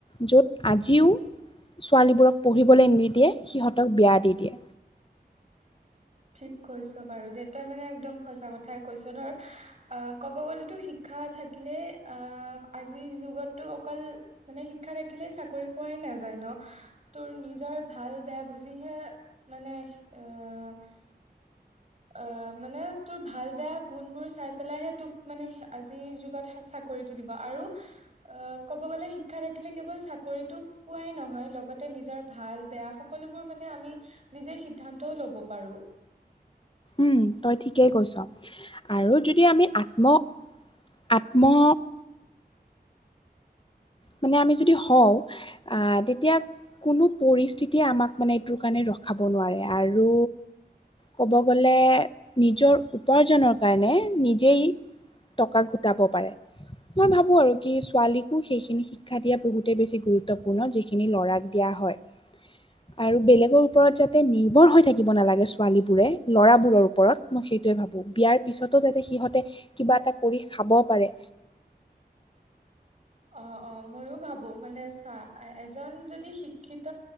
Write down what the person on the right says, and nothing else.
<unintelligible> ঠিক কৈছ বাৰু দেউতা মানে একদম সচা কথাই কৈছ ধৰ অ' ক'ব গলেতো শিক্ষা শিক্ষা থাকিলে অ' আজিৰ যুগতো অকল মানে শিক্ষা থাকিলে চাকৰি পোৱাই নাই। ন ন তোৰ নিজৰ ভাল বেয়া বুজিহে মানে আহ <unintelligible> অ' মানে তোৰ ভাল বেয়া গুণ বোৰ চাই পেলাইহে তোক মানে আজিৰ যুগত চাক গঢ়ি তুলিব আৰু অ' ক'ব গ'লে শিক্ষা থাকিলে কেৱল চাকৰিটো পোৱাই নহয় লগতে নিজৰ ভাল বেয়া সকলোবোৰ মানে আমি নিজে সিদ্ধান্তও ল'ব পাৰো।
<inaudible> <unintelligible> অহ অহ মইয়ো ভাবো মানে চা এজন যদি শিক্ষিত